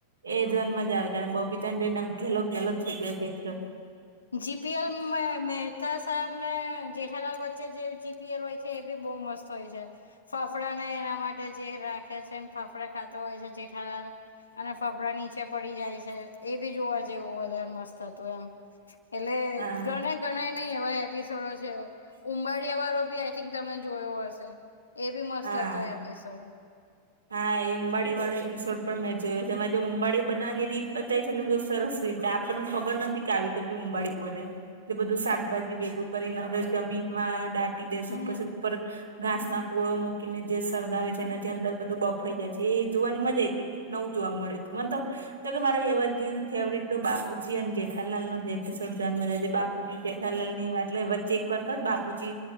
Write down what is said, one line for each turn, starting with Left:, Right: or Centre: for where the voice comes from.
Right: એ જોન મજા આવે જ અને બબીચન જોઈનેમ ઘેલો ઘેલો થઈ જાય જે
Left: જીપીએલ માં મેચ તા સાહેબ ને જેઠાલાલ વચ્ચે જે જીપીએલ હોય છે એ બી બહુ મસ્ત હોય છે ફફડા ને એના માટે જે રાખે છે એ ફાફડા ખાતા હોય છે જેઠાલા અને ફફડા નીચે પડી જાય છે એ બી જોવા જેવું વધારે મસ્ત હતું એમ એટલે
Right: હા
Left: ગણા ઘણા ન એવા એપિસોડો છે ઉંબાડિયા વાળો બી આઈ થિક તમે જોયો હશે એ બી મસ્ત
Right: હા
Left: હતો એપિસોડ
Right: હા એ ઉંબાડી વાળો એપિસોડ પણ મેં જોયો છે એમાં જે ઉંબાડી બનાવાની રીત બતાય છે ને બહુ સરસ રીત કે આપણને ખબર નથી કે આવી રીતે બી ઉંબાડી બને એટલે બધું શાકભાજી ભેગું કરીને અંદર જમીનમા ડા પી દે છે
Left: હમ
Right: પછી ઉપર ઘાસ ના પૂળો મૂકીને જે સળગાવે છે એનાથી અંદર બધું બહઉફઈ જાય છે એ જોવાની મજા આ હતી કે નવું જોવા મળ્યું હતું મને તો તો કે મારે એવરગ્રીન ફેવરટ બાપુજી અને જે જેેખાલાલ નો જેકિશોર જાન મજા છે બાપુજી જેેખાલાલ ની વાત વચ્ચે એક વાર જ બાપુજી